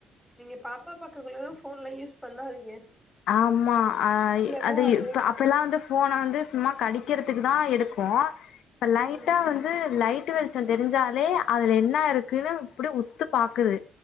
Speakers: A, in the centre; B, on the left.
A: நீங்க பாப்பா பாக்க குள்ளுலா ஃபோன்லா யூஸ் பண்ணாதீங்க
B: ஆம்மா அ
A: இல்லன்னா
B: அது
A: அதேதா
B: இப்ப அப்பலா வந்து ஃபோன வந்து சும்மா கடிக்கறதுக்கு தா எடுக்கோ இப்ப லைட்டா
A: ம்
B: வந்து லைட்டு வெளிச்சோ தெரிஞ்சாலே அதுல என்னா இருக்குனு அப்புடியே உத்து பாக்குது